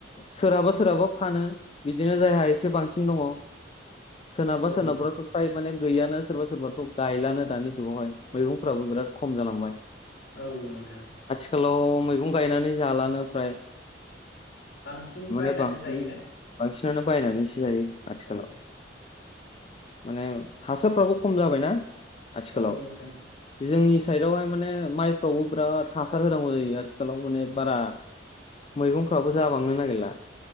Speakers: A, on the left; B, on the left.
A: सोरहाबा सोरहाबा फानो बिदिनो जायहा एसे बांसिन दङ। सोरनाबा
B: औ
A: सोरनाबथ'
B: नोंथां
A: फ्राय माने गैयानो सोरबा सोरबाथ' गायलानो दानि जुगावहाय मैगंफ्राबो बिराद खम जालांबाय।
B: औ नोंथां।
A: आथिखालाव मैगं गायनानै जालानो फ्राय
B: बांसिन
A: <inaudible> माने
B: बायनासो
A: बसि-
B: जायोना
A: बांसिनानो बायनानैसो जायो आथिखालाव
B: औ
A: माने हासारफ्राबो खम जाबायना आथिखालाव
B: औ नोंथां।
A: जोंनि साइदआवहाय माने माइफ्रावबो बिराद हासार होनांगौ जायो आथिखालाव माने बारा मैगंफ्राबो जाबांनो नागिरला।